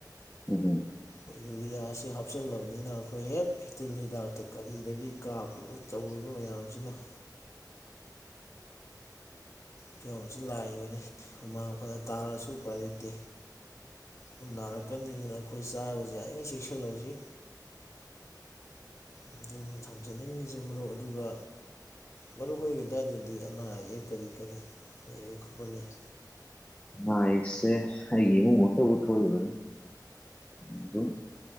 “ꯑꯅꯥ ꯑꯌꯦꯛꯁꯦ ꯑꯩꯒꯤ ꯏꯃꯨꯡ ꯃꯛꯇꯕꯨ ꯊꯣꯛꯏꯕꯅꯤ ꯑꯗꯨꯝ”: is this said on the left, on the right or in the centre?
Left